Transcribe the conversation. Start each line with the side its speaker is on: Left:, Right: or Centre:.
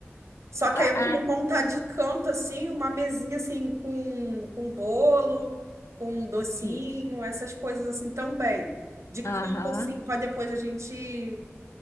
Right: Só que
Left: Ah,
Right: aí eu
Left: ah,
Right: queria montar de canto, assim, uma mesinha, assim, com, com bolo, com docinho,
Left: isso.
Right: essas coisas, assim, também. De
Left: Aham.
Right: canto, assim, para depois a gente